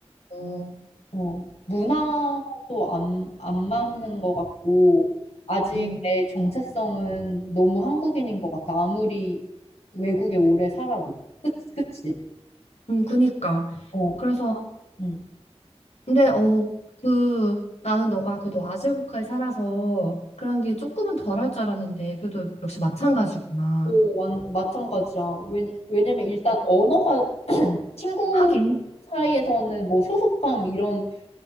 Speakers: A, on the left; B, on the left.
A: 어,
B: 어, 문화도 안, 안 맞는 것 같고, 아직
A: 음,
B: 내 정체성은 너무 한국인인 것 같아. 아무리 외국에 오래 살아도. 끝, 그치?
A: 음, 그니까.
B: 어,
A: 그래서
B: 응.
A: 근데 어, 그 나는 너가 그래도 아재 국가에 살아서 그런 게 조금은 덜할 줄 알았는데 그래도 역시 마찬가지구나.
B: 오, 완, 마찬가지야. 왜, 왜냐면 일단 언어가 친구
A: 하긴.
B: 사이에서는 뭐 소속감 이런